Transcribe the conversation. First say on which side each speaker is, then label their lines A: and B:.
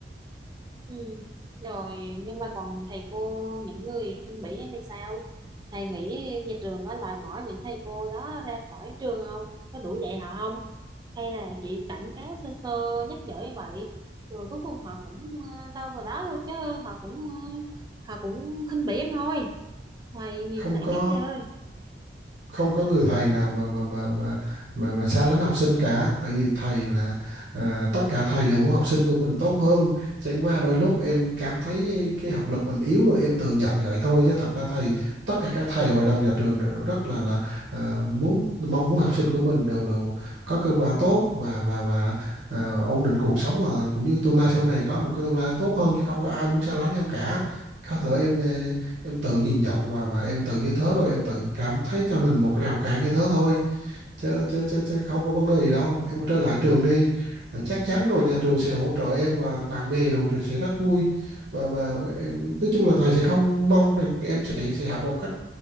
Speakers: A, on the right; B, on the right.
A: ừ. rồi nhưng mà còn thầy cô những người khinh bỉ em thì sao thầy nghĩ nhà trường có loại bỏ những thầy cô đó ra khỏi trường không có đủ dạy họ không hay là chị cảnh cáo sơ sơ nhắc nhở như vậy rồi cuối cùng họ cũng ờ, đâu vào đó thôi chứ họ cũng ờ, họ cũng khinh bỉ em thôi thầy nhìn
B: không
A: lại
B: có
A: biết thầy ơi
B: không có người thầy nào mà mà mà mà mà mà xa lánh học sinh cả tại vì thầy là à, tất cả thầy đều muốn học sinh của mình tốt hơn chẳng qua đôi lúc em cảm thấy cái học lực mình yếu rồi em tự nhận vậy thôi chứ thật ra thầy tất cả các thầy hội đồng nhà trường đều rất là là à, muốn mong muốn học sinh của mình đều đều có kết quả tốt và và và à, ổn định cuộc sống và cũng như tương lai sau này có một cái tương lai tốt hơn chứ không có ai muốn xa lánh em cả có thể em ờ, em tự nhìn nhận và và em tự như thế rồi em tự cảm thấy cho mình một cái rào cản như thế thôi chứ chứ chứ, chứ không có vấn đề gì đâu em trở lại trường đi Là chắc chắn rồi nhà trường sẽ hỗ trợ em và bạn bè đồ thì sẽ rất vui và và em, nói chung là thầy sẽ không mong rằng em sẽ sẽ học một cách